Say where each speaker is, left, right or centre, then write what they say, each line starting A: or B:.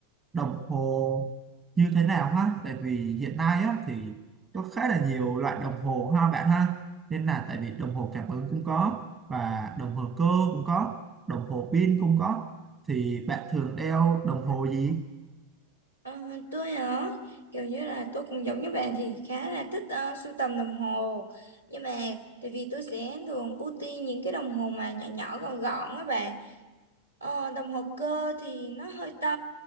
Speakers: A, on the right; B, on the right.
A: đồng hồ như thế nào ha tại vì hiện nay á thì có khá là nhiều loại đồng hồ ha bạn ha nên là tại vì đồng hồ cảm ứng cũng có và đồng hồ cơ cũng có đồng hồ pin cũng có thì bạn thường đeo đồng hồ gì
B: Ờ, tôi hả kiểu như là tôi cũng giống như bạn thì khá là thích ờ, sưu tầm đồng hồ nhưng mà tại vì tôi sẽ thường ưu tiên những cái đồng hồ mà nhỏ nhỏ gọn gọn á bạn Ờ, đồng hồ cơ thì nó hơi to